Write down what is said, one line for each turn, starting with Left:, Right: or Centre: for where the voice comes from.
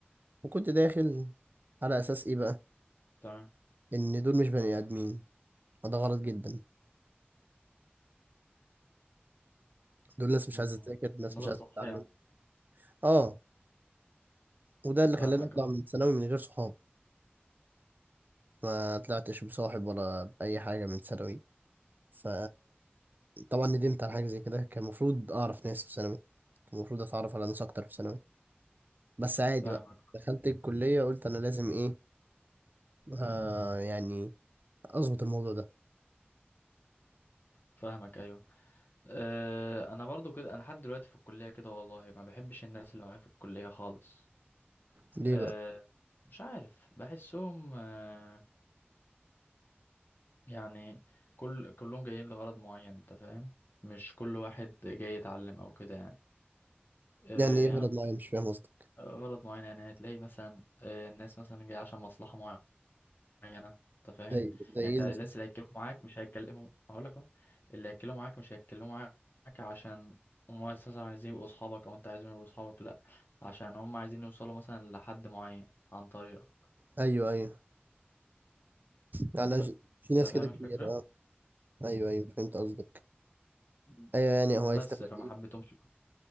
Right: وكنت داخل على اساس ايه بقى
Left: تمام
Right: ان دول مش بني ادمين وده غلط جدا دول ناس مش
Left: مم.
Right: عايزة تذاكر ناس
Left: نظرة
Right: مش عايزة
Left: سطحية
Right: تتعلم
Left: يعني
Right: اه وده اللي
Left: فاهمك
Right: خلاني اطلع
Left: اه
Right: من ثانوي من غير صحاب ما طلعتش بصاحب ولا بأي حاجة من ثانوي ف طبعا ندمت على حاجة زي كده كان المفروض أعرف ناس في ثانوي كان المفروض أتعرف على ناس أكتر في ثانوي بس عادي
Left: فاهمك
Right: بقى دخلت الكلية قلت أنا لازم إيه آه يعني أظبط الموضوع ده
Left: فاهمك ايوه أه انا برضو كده انا لحد دلوقتي في الكلية كده والله ما بحبش الناس اللي معايا في الكلية خالص
Right: ليه
Left: أه
Right: بقى؟
Left: مش عارف بحسهم آه، يعني كل كلهم جايين لغرض معين انت فاهم مش كل واحد جاي يتعلم او كده يعني آه،
Right: يعني إيه
Left: يعني
Right: غلط
Left: مثلا
Right: معايا مش فاهم قصدك
Left: غرض معين يعني هتلاقي مثلا آه، الناس مثلا جاية عشان مصلحة معينة انت فاهم
Right: زي زي
Left: يعني
Right: إيه
Left: انت
Right: المصلحة؟
Left: الناس اللي هيتكلموا معاك مش هيتكلموا هقول لك اهو اللي هيتكلموا معاك مش هيتكلموا معاك عشان هم اساسا عايزين يبقوا اصحابك او انت عايزهم يبقوا اصحابك لا عشان هم عايزين يوصلوا مثلا لحد معين عن طريقك
Right: أيوه أيوه يعني
Left: انت فا-
Right: أنا ج- في
Left: انت
Right: ناس كده
Left: فاهم
Right: كتير
Left: الفكرة
Right: أه أيوه أيوه فهمت قصدك
Left: مم.
Right: أيوه يعني هو هيستفاد
Left: بس فما
Right: إيه؟
Left: حبيتهمش